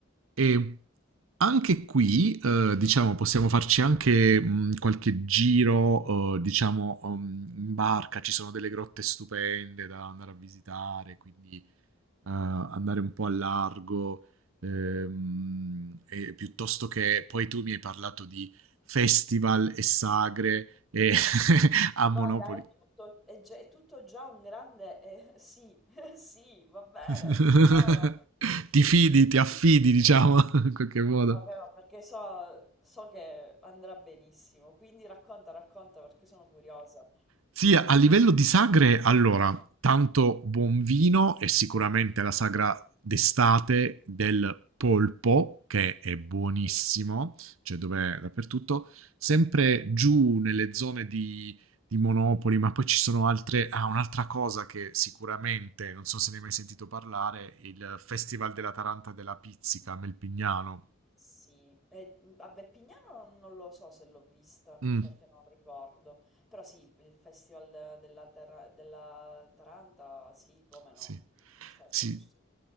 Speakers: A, on the right (about 80°); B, in the centre.
A: E anche qui, eh, diciamo, possiamo farci anche mh, qualche giro, eh, diciamo, um, in barca. Ci sono delle grotte stupende da andare a visitare, quindi eh, andare un po' a largo, ehm, e piuttosto che... Poi tu mi hai parlato di festival e sagre e <laughs> a Monopoli.
B: Guarda, è tutto, è già, è tutto già un grande eh, sì, <laughs> sì, va bene,
A: <laughs>
B: ci sono.
A: Ti fidi, ti affidi,
B: Sì.
A: diciamo, <laughs> in qualche modo.
B: Vabbè, ma perché so, so che andrà benissimo, quindi racconta, racconta perché sono curiosa.
A: Sì, a livello di sagre, allora, tanto buon vino e sicuramente la sagra d'estate del polpo, che è buonissimo,
B: Sì.
A: cioè dov'è dappertutto, sempre giù nelle zone di, di Monopoli, ma poi ci sono altre... Ah, un'altra cosa che sicuramente, non so se ne hai mai sentito parlare, il Festival della Taranta e della Pizzica a Melpignano.
B: Sì. E, mh, a Verpignano non lo so se l'ho vista perché
A: Mm,
B: non ricordo, però sì, il Festival della, Terra- della Taranta, sì, come no,
A: sì.
B: certo
A: Sì,
B: che ci sono